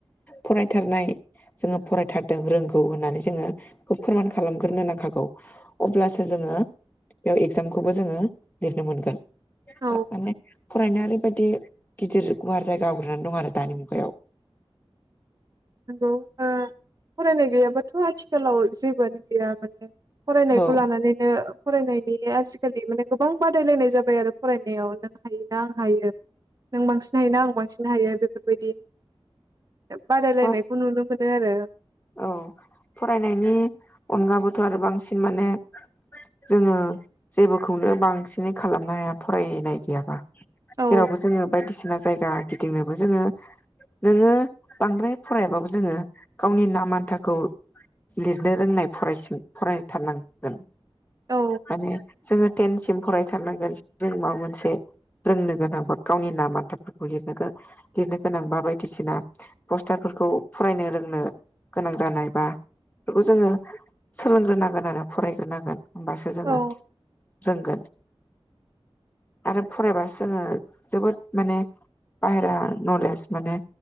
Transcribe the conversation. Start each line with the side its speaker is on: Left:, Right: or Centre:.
Left: फरायथारनाय जोङो फरायथारदों रोंगौ होननानै जोङो बेखौ फोरमान खालामग्रोनो नांखागौ अब्लासो जोङो बेयाव एगजामखौबो जोङो लिरनो मोनगोन।
Right: औ
Left: माने फरायनाया ओरैबायदि गिदिर गुवार जाय गावग्रोनानै दं आरो दानि मुगायाव
Right: नंगौ ओ। फरायनाय गैयाबाथ' आथिखालाव जेबोआनो गैया माने फरायनायखौ
Left: औ
Right: लानानैनो फरायनायनि आजिखालि माने गोबां बादायलायनाय जाबाय आरो फरायनायाव नों हायो ना आं हायो नों बांसिन हायोना आं बांसिन हायो बे बेफोरबायदि लाय
Left: औ
Right: नाय खुनुनो मोनो आरो।
Left: औ फरायनायनि अनगाबोथ' आरो बांसिन माने जोङो जेबोखौनो बांसिनै खालामनो हाया फरायनाय गैयाबा
Right: औ
Left: जेरावबो जोङो बायदिसिना जायगा गिदिंनोबो जोङो नोङो बांद्राय फरायाबाबो जोङो गावनि नाम मान्थाखौ लिरनो रोंनाय फरायसो फरायथारनांगोन।
Right: औ
Left: माने जोङो थेनस म फरायथारनांगोन जों माबा मोनसे रोंनो गोनांबा गावनि नाम आन्थाफोरखौ लनो लिरनो गोनां बा बायदिसिना पस्टारफोरखौ फरायनो रोंनो गोनां जानाय बा बेफोरखौ जोङो सोलोंग्रोनांगोन आरो फरायग्रोनांगोन। होमबासो जोङो
Right: औ
Left: रोंगोन। आरो फरायबासो जोङो जोबोद माने बाहेरा नलेज माने